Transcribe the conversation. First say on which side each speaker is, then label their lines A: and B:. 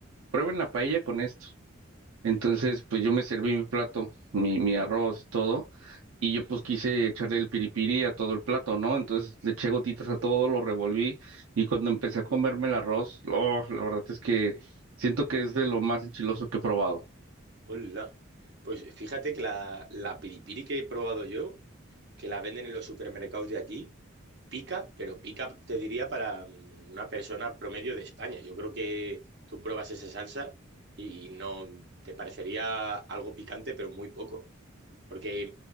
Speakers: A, on the right; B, on the right.
A: prueben la paella con esto. Entonces, pues yo me serví mi plato, mi, mi arroz y todo. Y yo pues quise echarle el piripiri a todo el plato, ¿no? Entonces le eché gotitas a todo, lo revolví y cuando empecé a comerme el arroz, oh, la verdad es que siento que es de lo más enchiloso que he probado.
B: Hola. Pues fíjate que la, la piripiri que he probado yo, que la venden en los supermercados de aquí, pica, pero pica, te diría, para mm, una persona promedio de España. Yo creo que tú pruebas esa salsa y no te parecería algo picante, pero muy poco. Porque